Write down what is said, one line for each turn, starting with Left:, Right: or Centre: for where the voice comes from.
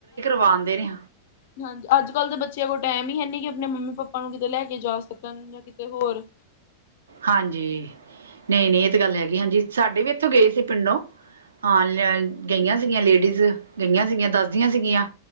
Right: ਪਾਦੇ ਨੇ
Left: ਹਾਂਜੀ ਅੱਜ ਕੱਲ੍ਹ ਦੇ ਬੱਚਿਆਂ ਕੋਲ ਟਾਈਮ ਈ ਹੈ ਨੀ ਕਿ ਆਪਣੇ ਮੰਮੀ ਪਾਪਾ ਨੂੰ ਕਿਤੇ ਲੈ ਕੇ ਜਾ ਸਕਣ ਜਾਂ ਕਿਤੇ ਹੋਰ
Right: ਹਾਂਜੀ, ਨਈ-ਨਈ ਇਹ ਤੇ ਗੱਲ ਹੈਗੀ ਐ ਹਾਂਜੀ ਸਾਡੇ ਵੀ ਇੱਥੋਂ ਗਏ ਸੀ ਪਿੰਡੋਂ ਹਾਂ ਲੇ ਗਈਆਂ ਸੀਗੀਆਂ ਲੇਡੀਜ਼ ਗਈਆਂ ਦੱਸਦੀਆਂ ਸੀਗੀਆਂ।